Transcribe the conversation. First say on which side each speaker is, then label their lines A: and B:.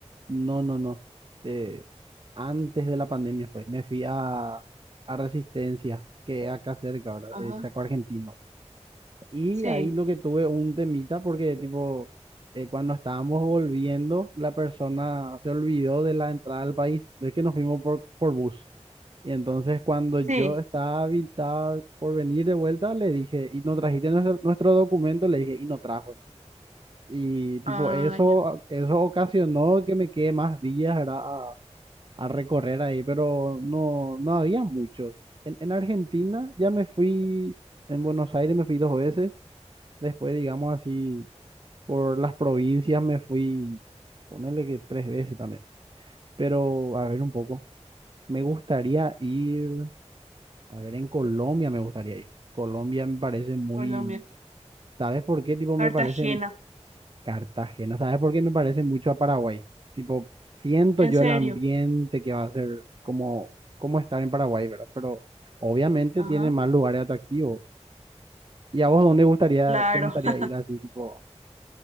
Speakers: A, on the right (about 45°); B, on the right (about 75°).
A: No, no, no. eh, antes de la pandemia fue. Me fui a, a Resistencia, que es acá cerca, ¿verdad?
B: Ajá,
A: eh, Chaco Argentino. Y
B: sí,
A: ahí lo que tuve un temita porque tipo eh, cuando estábamos volviendo la persona se olvidó de la entrada al país. Es que nos fuimos por, por bus. Y entonces cuando yo
B: sí,
A: estaba, vi- estaba por venir de vuelta, le dije, y no trajiste nuestro, nuestro documento, le dije, y no trajo. Y tipo,
B: ah,
A: eso,
B: ya,
A: ah, eso ocasionó que me quede más días, ¿verdad? A, a recorrer ahí, pero no, no había mucho. En, en Argentina ya me fui, en Buenos Aires me fui dos veces, después digamos así, por las provincias me fui, ponerle que tres veces también, pero a ver un poco. Me gustaría ir A ver, en Colombia me gustaría ir. Colombia me parece muy...
B: Colombia,
A: ¿Sabes por qué? Tipo, me
B: Cartagena,
A: parece Cartagena. ¿Sabes por qué me parece mucho a Paraguay? Tipo, siento
B: en
A: yo
B: serio,
A: el ambiente que va a ser como, como estar en Paraguay, ¿verdad? Pero obviamente
B: ajá,
A: tiene más lugares atractivos. ¿Y a vos dónde gustaría,
B: claro,
A: te gustaría
B: <laughs>
A: ir así, tipo,